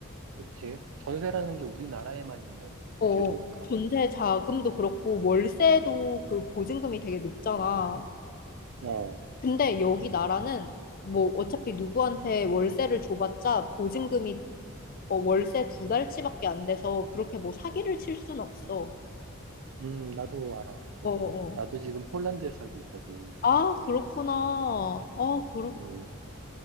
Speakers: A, on the right; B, on the left.
A: 그치? 전세라는 게 우리나라에만 있는
B: 어,
A: 제도니까.
B: 전세 자금도 그렇고, 월세도 그 보증금이 되게 높잖아.
A: 어.
B: 근데 여기 나라는 뭐 어차피 누구한테 월세를 줘봤자 보증금이 어, 월세 두 달치밖에 안 돼서 그렇게 뭐 사기를 칠 순 없어.
A: 음, 나도 알아, 그거.
B: 어, 어.
A: 나도 지금 폴란드에 살고 있거든.
B: 아, 그렇구나. 아, 그렇구나.
A: 음,